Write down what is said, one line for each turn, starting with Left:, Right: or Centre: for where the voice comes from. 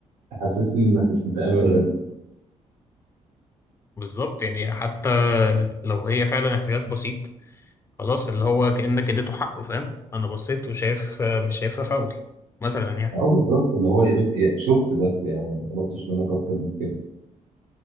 Right: تحسسني انك مش متآمر غبي
Left: بالظبط يعني حتى لو هي فعلا احتكاك بسيط خلاص اللي هو كأنك اديته حقه فاهم انا بصيت وشايف آه، مش شايفها فاول مثلا يعني
Right: اه بالظبط اللي هو يا دوب يا- شفت بس يعني ما ما طلبتش منك اكتر من كده